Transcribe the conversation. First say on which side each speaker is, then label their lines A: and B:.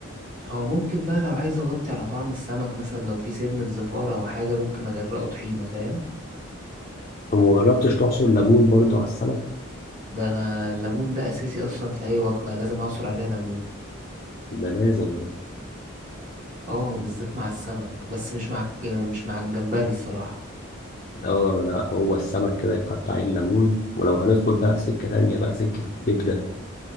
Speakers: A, on the right; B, on the left.
A: هو ممكن بقى لو عايز اغطي على طعم السمك مثلا لو في سنة زفارة او حاجة ممكن اغرقه طحينة فاهم
B: وما جربتش تعصر ليمون برضو على السمك
A: ده انا الليمون ده اساسي اصلا في اي وجبة لازم اعصر عليها ليمون
B: ده لازم ده
A: اه بالذات مع السمك بس مش مع الك- مش مع الجمبري الصراحة
B: اه لا هو السمك كده يتحط عليه الليمون ولو هندخل بقى في سكه تانيه بقى سكه الكبده